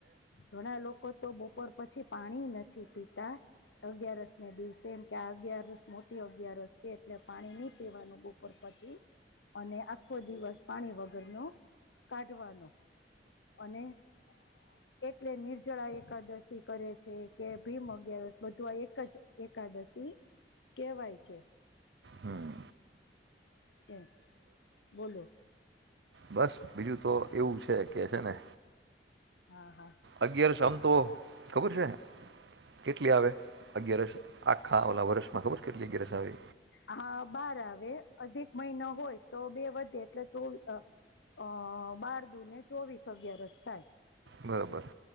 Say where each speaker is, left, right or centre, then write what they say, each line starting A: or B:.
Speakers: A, on the left (about 85°); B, on the right (about 80°).
A: ઘણા લોકો તો બપોર પછી પાણી નથી પીતા અગિયારસ ને દિવસે એમ કે અગિયારસ મોટી અગિયારસ છે એટલે પાણી નહી પીવાનું બપોર પછી અને આખો દિવસ પાણી વગરનો કાઢવાનો અને <inaudible> એટલે નિર્જળા એકાદશી કરે છે કે ભીમ અગિયારસ બધું આ એક જ એકાદશ શી કહેવાય છે
B: હમ
A: એ બોલો
B: બસ બીજું તો એવું છે કે છે ને
A: હા હા
B: અગિયારસ આમ તો ખબર છે કેટલી આવે અગિયારસ આખા ઓલા વરષમાં ખબર કેટલી અગિયારસ આવે
A: હા બાર આવે અધિક મહિનો હોય તો બે વધે એટલે ચોવી અ અ બાર દુ ને ચોવીસ અગયારસ થાય
B: બરોબર